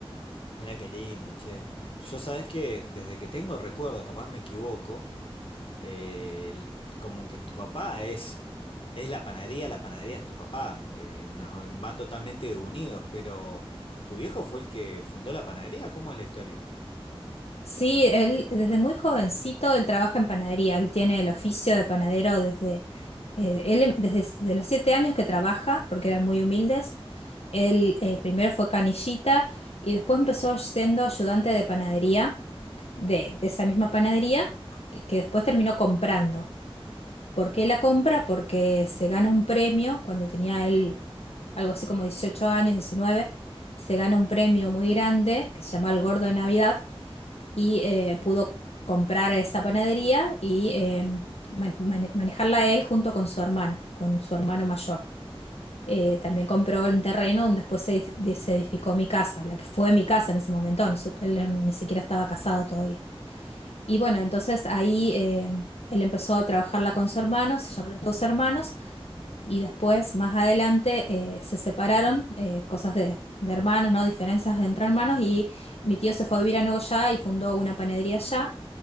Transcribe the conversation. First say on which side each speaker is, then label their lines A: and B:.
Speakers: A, on the left; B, on the left.
A: Mirá qué lindo, che. Yo sabés que desde que tengo recuerdo, capaz me equivoco, eh, el- como que tu papá es, es la panadería, la panadería es tu papá. eh, no- van totalmente unidos, pero ¿tu viejo fue el que fundó la panadería? ¿Cómo es la historia?
B: Sí, él desde muy jovencito él trabaja en panadería, él tiene el oficio de panadero desde, eh, él em- desde, s- de los siete años que trabaja, porque eran muy humildes, él eh, primero fue canillita y después empezó siendo ayudante de panadería, de, de esa misma panadería, que, que después terminó comprando. ¿Por qué la compra? Porque se gana un premio, cuando tenía él algo así como 18 años, 19, se gana un premio muy grande que se llama El Gordo de Navidad y eh, pudo comprar esa panadería y eh, man- mane- manejarla él junto con su hermano, con su hermano mayor. Eh, también compró un terreno donde después se, edi- de- se edificó mi casa, la que fue mi casa en ese momento, no su- él no- ni siquiera estaba casado todavía. Y bueno, entonces ahí eh, él empezó a trabajarla con su hermano, se llamó Los Dos Hermanos. Y después, más adelante, eh, se separaron, eh, cosas de, de hermanos, ¿no? Diferencias entre hermanos. Y mi tío se fue a vivir a Nogoyá y fundó una panadería allá.